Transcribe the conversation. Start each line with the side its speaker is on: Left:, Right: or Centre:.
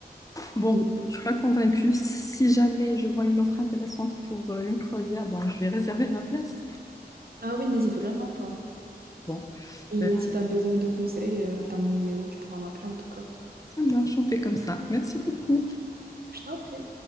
Left: Bon,
Right: Donc, euh,
Left: je suis pas convaincue. Si jamais je vois une offre intéressante pour euh, une croisière, bon, je vais réserver ma place.
Right: Ah oui, n'hésite vraiment pas.
Left: Bon,
Right: Et
Left: euh,
Right: si tu as besoin de conseils, tu as mon numéro, tu pourras m'appeler en tout cas.
Left: ça marche, on fait comme ça. Merci beaucoup.
Right: Je t'en prie.